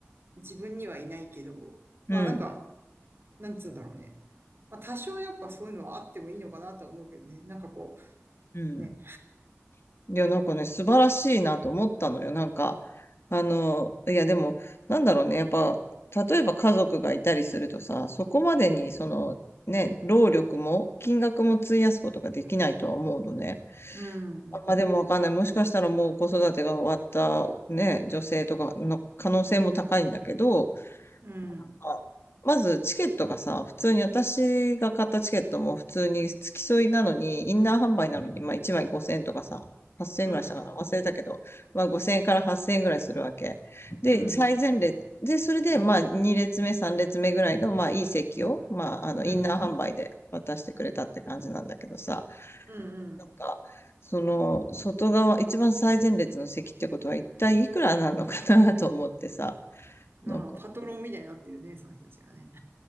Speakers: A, on the right; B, on the left.
A: 自分にはいないけど、
B: うん、
A: まあなんか、なんつうんだろうね。まあ多少やっぱそういうのはあってもいいのかなとは思うけどね。なんかこ
B: うん。
A: う、ね、
B: いや、なんかね、素晴らしいなと思ったのよ。なんか、あの、いやでも、なんだろうね、やっぱ、例えば家族がいたりするとさ、そこまでに、その、ね、労力も、金額も費やすことができないとは思うのね。
A: うん、
B: あまあでもわかんない。もしかしたらもう子育てが終わった、ね、女性とかの可能性も高いんだけど、
A: うん、
B: あまずチケットがさ、普通に私が買ったチケットも普通に付き添いなのに、インナー販売なのに、まあ1枚5000円とかさ、8000円ぐらいしたかな忘れたけど、
A: うん、うん、
B: まあ5000円から8000円ぐらいするわけ。で、
A: うん、
B: 最前列、で、それでまあ2列目、3列目ぐらいのまあいい席を、まああのインナー販売で渡してくれたって感じなんだけどさ、
A: うん、うん、うん。
B: なんか、その外側、一番最前列の席ってことは一体いくらなのかなと思ってさ、
A: まあパトロンみたいになってるね、
B: なんか、
A: その人たちがね。